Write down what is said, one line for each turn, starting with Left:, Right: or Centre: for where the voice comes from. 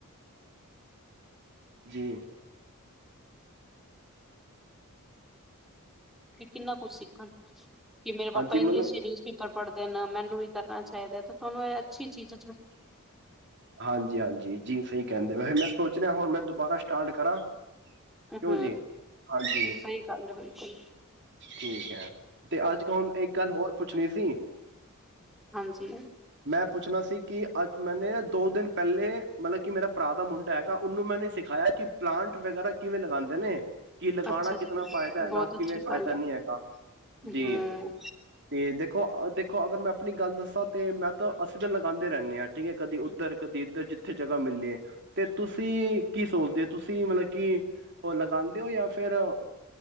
Right: ਜੀ
Centre: ਕਿ ਕਿੰਨਾ ਕੁਛ ਸਿੱਖਣ ਕਿ ਮੇਰੇ ਪਾਪਾ
Right: ਹਾਂਜੀ
Centre: ਇੰਗਲਿਸ਼
Right: ਮੈਨੂੰ
Centre: ਚ ਨਿਊਜ਼ ਪੇਪਰ ਫੜਦੇ ਨੇ ਮੈਨੂੰ ਵੀ ਕਰਨਾ ਚਾਹੀਦਾ ਹੈ ਤਾਂ ਤੁਹਾਨੂੰ ਇਹ ਅੱਛੀ ਚੀਜ਼
Right: ਹਾਂਜੀ ਹਾਂਜੀ ਜੀ ਸਹੀ ਕਹਿੰਦੇ ਵੈਸੇ ਮੈਂ ਸੋਚ ਰਿਹਾ ਹੁਣ ਮੈਂ ਦੁਬਾਰਾ ਸਟਾਰਟ ਕਰਾਂ
Centre: ਹਮ
Right: ਕਿਉਂ ਜੀ ਹਾਂਜੀ
Centre: ਸਹੀ ਗੱਲ ਹੈ ਬਿਲਕੁਲ
Right: ਠੀਕ ਹੈ ਤੇ ਅੱਜ ਕ ਹੁਣ ਇੱਕ ਗੱਲ ਹੋਰ ਪੁੱਛਣੀ ਸੀ ਸੀ
Centre: ਹਾਂਜੀ
Right: ਮੈਂ ਪੁੱਛਣਾ ਸੀ ਕਿ ਅੱਜ ਮੈਨੇ ਦੋ ਦਿਨ ਪਹਿਲੇ ਮਤਲਬ ਕਿ ਮੇਰਾ ਭਰਾ ਦਾ ਮੁੰਡਾ ਹੈਗਾ ਉਹਨੂੰ ਮੈੇ ਸਿਖਾਇਆ ਕਿ ਪਲਾਂਟ ਵਗੈਰਾ ਕਿਵੇਂ ਲਗਾਉਂਦੇ ਨੇ ਕਿ ਲਗਾਉਣਾ
Centre: ਅੱਛਾ
Right: ਕਿਤਨਾ
Centre: ਜੀ
Right: ਫਾਇਦਾ ਹੈਗਾ
Centre: ਬਹੁਤ
Right: ਕਿਵੇਂ
Centre: ਅੱਛੀ
Right: ਫਾਇਦਾ
Centre: ਗੱਲ ਹੈ।
Right: ਨਹੀਂ ਹੈਗਾ
Centre: ਹੂੰ
Right: ਜੀ ਤੇ ਦੇਖ ਦੇਖੋ ਦੇਖੋ ਅਗਰ ਮੈਂ ਆਪਣੀ ਗੱਲ ਦੱਸਾਂ ਤੇ ਮੈਂ ਤਾਂ ਅਸੀਂ ਤਾਂ ਲਗਾਉਦੇ ਰਹਿੰਦੇ ਆ ਠੀਕ ਹੈ ਕਦੀ ਉੱਧਰ ਕਦੀ ਇਧਰ ਜਿੱਥੇ ਜਗ੍ਹਾ ਮਿਲਲੇ ਹੈ ਤੇ ਤੁਸੀਂ ਕੀ ਸੋਚਦੇ ਹੋ ਤੁਸੀਂ ਮਤਲਬ ਕਿ ਉਹ ਲਗਾਉਂਦੇ ਹੋ ਜਾਂ ਫਿਰ